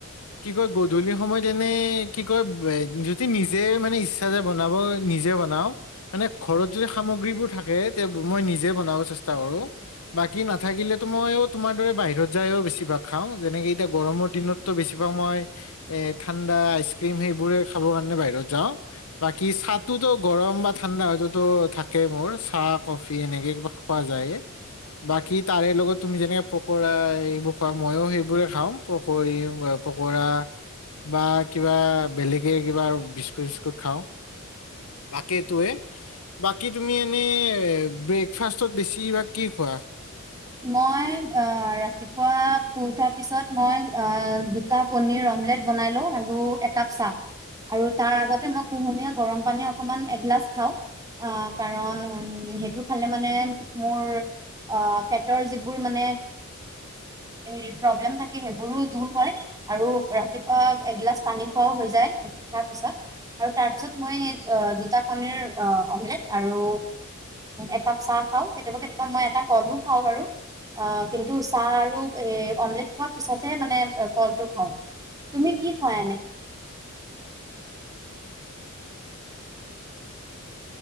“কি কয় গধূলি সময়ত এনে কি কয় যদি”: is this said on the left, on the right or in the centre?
Left